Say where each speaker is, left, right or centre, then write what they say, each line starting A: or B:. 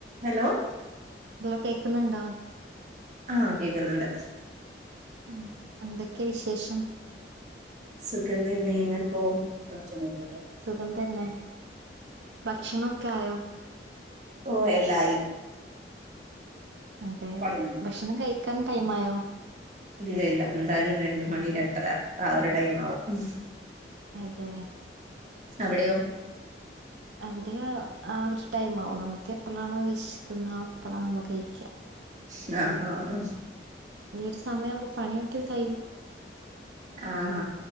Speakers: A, on the right; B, on the right.
A: ഹലോ
B: എല്ല കേക്കുന്നുണ്ടോ
A: ആഹ് കേക്കുന്നുണ്ട്
B: ഉ എന്തൊക്കെ വിശേഷം
A: സുഗന്ധ നെയമപ്പോ <unintelligible>
B: സുഖം തന്നെ ഭക്ഷണൊക്കെ ആയോ
A: ഓ എല്ലായി
B: അതെയോ
A: ഉം
B: ഭക്ഷണം കഴിക്കാൻ ടൈമായോ
A: ഇല്ല ഇല്ല എന്തായാലും രണ്ട മണി രണ്ടര ആ ഒരു ടൈം ആവും
B: അതെ
A: അവിടെയോ
B: അവിടെ ആ ഒരു ടൈംമാവും നമുക്ക് എപ്പഴാണോ ശിക്കുന്നത് ആ എപ്പഴാ നമക്ക് കഴിക്കാ
A: <unintelligible> അ ആഹ
B: ഒരു സമയം ആുമ്പോ പണിയൊക്കൽ കയ്യും
A: ആഹ